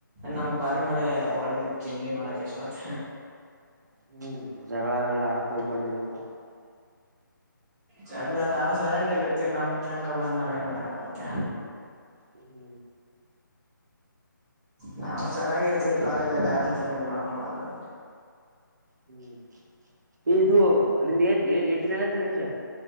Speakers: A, in the centre; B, on the right.
A: ನಮ್ ಬಾರ ಮೇಲೆ ಹೊಡದ ತಿಂಡಿ ಮಾಡಕ್ ಎಷ್ಟ ಆತ.
B: ಹ್ಮ್ ಜಗಳ ಆಡಕ್ ಹೋಗ್ಬಡಲೆ ಪಾ.
A: ಜಾಗಳ ನಾವ್ ಸೈಲಂಟ ಆಗ ಇರ್ತವಿ ನಮ್ ತನಕ ಬಂದ್ ನಾವ್ ಏನ್ ಮಾಡಕ್ ಆಗತ್ತ.
B: ಹ್ಮ್
A: ನಾವವು ಚೆನ್ನಾಗಿರ್ತೀವರಿ ಕಾಲೇಜಲ್ಲಿ ಯಾರ ಜೊತೆನು ಇದ್ ಮಾಡ್ಕೊಬಾರಲ್ಲನ್.
B: ಹ್ಮ್ ಇದು ನಿಮ್ದ ಏ ಏಟನ್ ಆಗತ್ತಾನ ಈಜ.